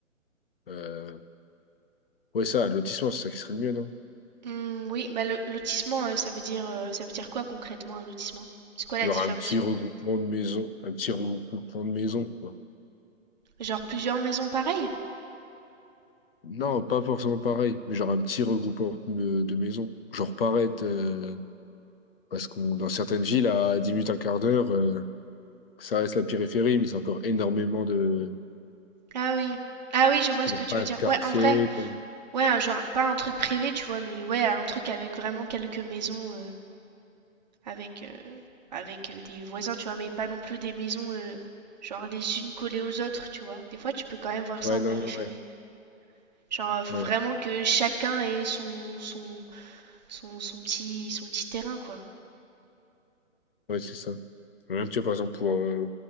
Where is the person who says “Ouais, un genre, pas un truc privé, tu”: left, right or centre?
Right